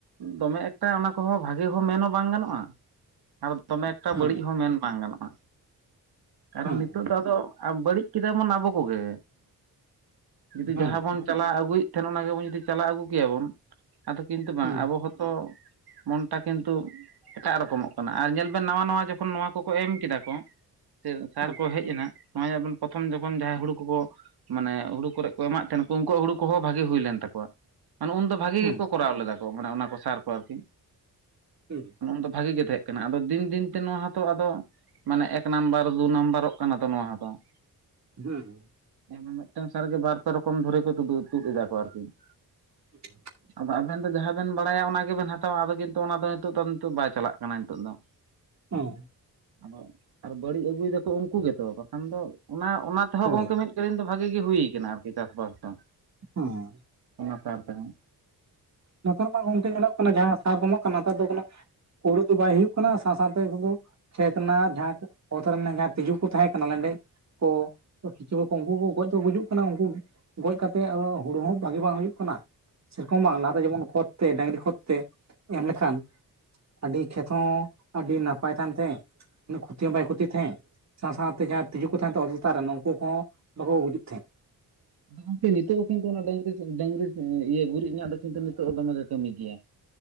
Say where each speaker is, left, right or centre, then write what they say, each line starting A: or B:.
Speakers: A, on the right; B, on the right.
A: ᱫᱚᱢᱮ ᱮᱠᱴᱟ ᱚᱱᱟ ᱠᱚᱦᱚᱸ ᱵᱷᱟᱜᱮ ᱦᱚᱸ ᱢᱮᱱ ᱦᱚᱸ ᱵᱟᱝ ᱜᱟᱱᱚᱜᱼᱟ ᱟᱨ ᱫᱚᱢᱮ ᱮᱠᱴᱟ
B: ᱦᱮᱸ
A: ᱵᱟᱹᱲᱤᱡ ᱦᱚᱸ ᱢᱮᱱ ᱵᱟᱝ ᱜᱟᱱᱚᱜᱼᱟ᱾ ᱠᱟᱨᱚᱱ
B: ᱦᱮᱸ
A: ᱱᱤᱛᱚᱜ ᱫᱚ ᱟᱫᱚ ᱵᱟᱹᱲᱤᱡ ᱠᱮᱫᱟᱵᱚᱱ ᱟᱵᱚ ᱠᱚᱜᱮ ᱡᱩᱫᱤ
B: ᱦᱮᱸ
A: ᱡᱟᱦᱟᱸ ᱵᱚᱱ ᱪᱟᱞᱟᱣ ᱟᱹᱜᱩᱭᱮᱫ ᱛᱟᱦᱮᱱ ᱚᱱᱟ ᱜᱮᱵᱚᱱ ᱡᱩᱫᱤ ᱪᱟᱞᱟᱣ ᱟᱹᱜᱩ ᱠᱮᱭᱟᱵᱚᱱ ᱟᱫᱚ ᱠᱤᱱᱛᱩ ᱵᱟᱝ
B: ᱦᱮᱸ
A: ᱟᱵᱚ ᱦᱚᱸᱛᱚ, ᱢᱚᱱᱴᱟ ᱠᱤᱱᱛᱩ ᱮᱴᱟᱜ ᱨᱚᱠᱚᱢᱚᱜ ᱠᱟᱱᱟ ᱟᱨ ᱧᱮᱞ ᱵᱮᱱ ᱱᱟᱣᱟ ᱱᱟᱣᱟ ᱡᱚᱠᱷᱚᱱ ᱱᱚᱣᱟ ᱠᱚᱠᱚ ᱮᱢ ᱠᱮᱫᱟ ᱠᱚ ᱥᱮ ᱥᱟᱨ
B: ᱦᱮᱸ
A: ᱠᱚ ᱦᱮᱡ ᱮᱱᱟ ᱱᱚᱜᱼᱚᱭ <unintelligible> ᱯᱨᱚᱛᱷᱚᱢ ᱡᱚᱠᱷᱚᱱ ᱡᱟᱦᱟᱸᱭ ᱦᱩᱲᱩ ᱠᱚᱠᱚ ᱢᱟᱱᱮ ᱦᱩᱲᱩ ᱠᱚᱨᱮ ᱠᱚ ᱮᱢᱟᱜ ᱛᱟᱦᱮᱱ ᱠᱚ ᱩᱱᱠᱩᱣᱟᱜ ᱦᱩᱲᱩ ᱠᱚᱦᱚᱸ ᱵᱷᱟᱜᱮ ᱦᱩᱭ ᱞᱮᱱ ᱛᱟᱠᱚᱣᱟ, ᱢᱟᱱᱮ ᱩᱱᱫᱚ ᱵᱷᱟᱜᱤ
B: ᱦᱮᱸ
A: ᱜᱮᱠᱚ ᱠᱚᱨᱟᱣ ᱞᱮᱫᱟ ᱠᱚ ᱢᱟᱱᱮ ᱚᱱᱟ ᱠᱚ ᱥᱟᱨ ᱠᱚ ᱟᱨᱠᱤ
B: ᱦᱮᱸ
A: ᱫᱚ ᱵᱷᱟᱜᱤ ᱜᱮ ᱛᱟᱦᱮᱸ ᱠᱟᱱᱟ ᱟᱫᱚ ᱫᱤᱱ ᱫᱤᱱ ᱛᱮ ᱱᱚᱣᱟ ᱦᱚᱛᱚ ᱟᱫᱚ ᱢᱟᱱᱮ ᱮᱠ ᱱᱟᱢᱵᱟᱨ ᱫᱩ ᱱᱟᱢᱵᱟᱨᱚᱜ ᱠᱟᱱᱟ ᱛᱚ ᱱᱚᱣᱟ ᱦᱚᱸᱛᱚ ᱾
B: ᱦᱩᱸ ᱦᱩᱸ
A: ᱦᱮᱸ ᱢᱤᱫᱴᱟᱝ ᱥᱟᱨᱜᱮ ᱵᱟᱨ ᱯᱮ ᱨᱚᱠᱚᱢ ᱫᱷᱚᱨᱮ ᱠᱚ ᱛᱩᱫ ᱮᱫᱟ ᱠᱚ ᱟᱨᱠᱤ ᱾
B: <unintelligible>
A: ᱟᱫᱚ ᱟᱵᱮᱱ ᱫᱚ ᱡᱟᱦᱟᱸ ᱵᱮᱱ ᱵᱟᱲᱟᱭᱟ ᱚᱱᱟ ᱜᱮᱵᱮᱱ ᱦᱟᱛᱟᱣᱟ ᱟᱫᱚ ᱠᱤᱱᱛᱩ ᱚᱱᱟ ᱫᱚ ᱱᱤᱛᱚᱜ ᱫᱚ ᱱᱤᱛᱚᱜ ᱵᱟᱭ ᱪᱟᱞᱟᱜ ᱠᱟᱱᱟ ᱱᱤᱛᱚᱜ ᱫᱚ ᱾
B: ᱦᱮᱸ
A: ᱟᱫᱚ ᱟᱨ ᱵᱟᱹᱲᱤᱡ ᱟᱹᱜᱩᱭ ᱫᱟᱠᱚ ᱩᱱᱠᱩ ᱜᱮᱛᱚ ᱵᱟᱠᱷᱟᱱ ᱫᱚ ᱚᱱᱟ ᱚᱱᱟ ᱛᱮᱦᱚᱸ
B: ᱦᱳᱭ
A: ᱜᱚᱝᱠᱮ ᱢᱤᱫ ᱮᱞᱤᱱ ᱫᱚ ᱵᱷᱟᱜᱤ ᱜᱮ ᱦᱩᱭ ᱠᱟᱱᱟ ᱟᱨᱠᱤ ᱪᱟᱥᱵᱟᱥ ᱫᱚ ᱾
B: ᱦᱮᱸ
A: ᱚᱱᱟ ᱥᱟᱨ ᱛᱮ ᱦᱚᱸ᱾
B: ᱱᱮᱛᱟᱨ ᱢᱟ ᱜᱚᱝᱠᱮ ᱧᱮᱞᱚᱜ ᱠᱟᱱᱟ ᱡᱟᱦᱟᱸ ᱥᱟᱨ ᱠᱚ ᱮᱢᱚᱜ ᱠᱟᱱᱟ ᱱᱮᱛᱟᱨ ᱫᱚ ᱦᱩᱲᱩ ᱫᱚ ᱵᱟᱭ ᱦᱩᱭᱩᱜ ᱠᱟᱱᱟ ᱥᱟᱶ ᱥᱟᱶᱛᱮ ᱦᱩᱲᱩ ᱠᱷᱮᱛ ᱨᱮᱱᱟᱜ ᱡᱟᱦᱟᱸ ᱚᱛ ᱨᱮᱱᱟᱜ ᱡᱟᱦᱟᱸ ᱛᱸᱤᱡᱩ ᱠᱚ ᱛᱟᱦᱮᱸ ᱞᱮᱸᱰᱮᱡ ᱠᱚ ᱪᱤ ᱠᱚ ᱩᱱᱠᱩ ᱠᱚ ᱜᱚᱡ ᱠᱚ ᱜᱩᱡᱩᱜ ᱠᱟᱱᱟ ᱩᱱᱠᱩ ᱜᱚᱡ ᱠᱟᱛᱮᱫ ᱟᱫᱚ ᱦᱩᱲᱩ ᱦᱚᱸ ᱵᱷᱟᱜᱤ ᱵᱟᱝ ᱦᱩᱭᱩᱜ ᱠᱟᱱᱟ ᱾ ᱥᱮᱨᱚᱠᱚᱢ ᱵᱟᱝ ᱞᱟᱦᱟᱛᱮ ᱡᱮᱢᱚᱱ ᱠᱷᱚᱛ ᱛᱮ ᱰᱟᱹᱝᱨᱤ ᱠᱷᱚᱛ ᱛᱮ ᱮᱢ ᱞᱮᱠᱷᱟᱱ ᱟᱹᱰᱤ ᱠᱷᱮᱛ ᱦᱚᱸ ᱟᱹᱰᱤ ᱱᱟᱯᱟᱭ ᱠᱟᱱᱛᱮ ᱩᱱᱟᱹᱜ ᱠᱷᱚᱛᱤ ᱦᱚᱸ ᱵᱟᱭ ᱠᱷᱚᱛᱤ ᱛᱟᱦᱮᱸᱜ ᱥᱟᱶ ᱥᱟᱶᱛᱮ ᱡᱟᱦᱟᱸᱭ ᱛᱤᱡᱩ ᱠᱚ ᱛᱟᱦᱮᱸᱱ ᱫᱚ ᱚᱛ ᱞᱟᱛᱟᱨ ᱨᱮ ᱩᱱᱠᱩ ᱩᱱᱠᱩ ᱠᱚᱦᱚᱸ ᱵᱟᱠᱚ ᱜᱩᱡᱩᱜ ᱛᱟᱦᱮᱸᱜ ᱾
A: ᱟᱫᱚ ᱜᱚᱝᱠᱮ ᱱᱤᱛᱚᱜ ᱦᱚᱸ ᱠᱤᱱᱛᱩ ᱰᱟᱹᱝᱨᱤ ᱰᱟᱹᱝᱨᱤ ᱠᱚ ᱤᱭᱟᱹ ᱜᱩᱨᱤᱡ ᱨᱮᱱᱟᱜ ᱫᱚ ᱠᱤᱱᱛᱩ ᱱᱤᱛᱚᱜ ᱫᱚᱢᱮ ᱜᱮ ᱠᱟᱹᱢᱤ ᱠᱮᱭᱟ᱾